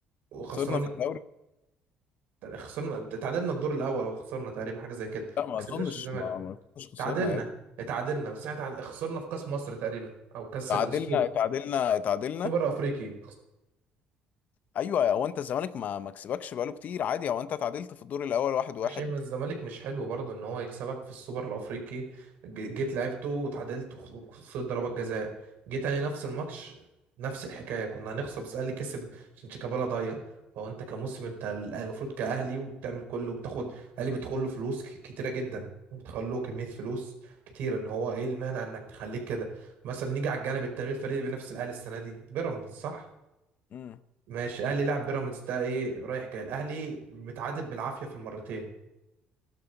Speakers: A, on the right (about 70°); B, on the left (about 50°).
A: وخسران
B: خسرنا في الدوري
A: خسرنا اتعادلنا الدور الاول او خسرنا تقريبا حاجه زي كده
B: لا ما
A: ما كسبناش
B: اظنش
A: الزمالك
B: ما ما اظنش خسرنا
A: اتعادلنا
B: يا ابني
A: اتعادلنا بس احنا اتعاد- خسرنا في كاس مصر تقريبا او كاس
B: تعادلنا
A: السوبر
B: تعادلنا تعادلنا
A: السوبر الافريقي
B: ايوه هو انت الزمالك ما ما كسبكش بقاله كتير عادي هو انت تعادلت في الدور الاول واحد واحد
A: ماشي ما الزمالك مش حلو برضه ان هو يكسبك في السوبر الافريقي ج- جيت لعبته وتعادلت وخ- وخسرت ضربات جزاء جيت تاني نفس الماتش نفس الحكايه كنا هنخسر بس الاهلي كسب عشان شيكابالا ضيع فهو انت كموسم انت ال- المفروض كاهلي وبتعمل كله وبتاخد الاهلي بيدخل له فلوس ك- كتيره جدا وبتخلوا له كميه فلوس كتير ان هو ايه المانع انك تخليك كده مثلا نيجي على الجانب التاني الفريق اللي بينافس الاهلي السنه دي بيراميدز صح
B: امم
A: ماشي الاهلي لعب بيراميدز ده ايه رايح جاي الاهلي متعادل بالعافيه في المرتين